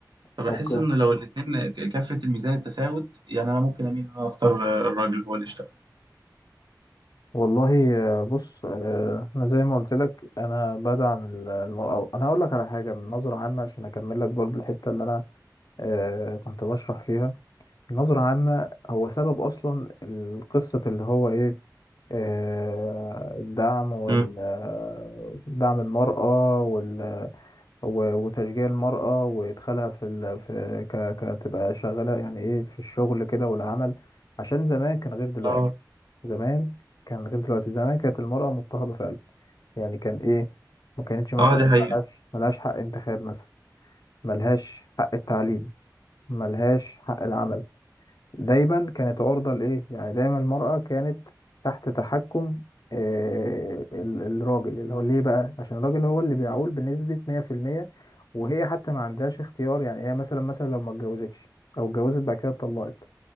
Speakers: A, on the right; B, on the left.
A: فبحس
B: اوكي
A: ان لو الاتنين ك- كفة الميزان التساوت يعني انا ممكن اميل ان انا اختار الراجل هو اللي يشتغل
B: والله آه، بص آه، انا زي ما قلت لك انا بدعم ال- المرأة انا هقول لك على حاجه من نظره عامه عشان اكمل لك برضو الحته اللي انا آه، كنت بشرح فيها نظره عامه هو سبب اصلا القصه اللي هو ايه آه، الدعم وال
A: مم.
B: آه، دعم المرأة وال و- وتشجيع المرأة وإدخالها في ال... في ك... كتبقى شغالة يعني إيه في الشغل كده والعمل عشان زمان كان غير دلوقتي
A: اه
B: زمان كان غير دلوقتي زمان كانت المرأة مضطهدة فعلا يعني كان إيه ما كانتش مثلا
A: اه دي حقيقة
B: ملهاش ملهاش حق انتخاب مثلا ملهاش حق التعليم ملهاش حق العمل دايما كانت عرضة لإيه يعني دايما المرأة كانت تحت تحكم آه ال- الراجل اللي هو ليه بقى عشان الراجل هو اللي بيعول بنسبة 100% وهي حتى ما عندهاش اختيار يعني هي مثلا مثلا لو ما اتجوزتش أو اتجوزت بعد كده اتطلقت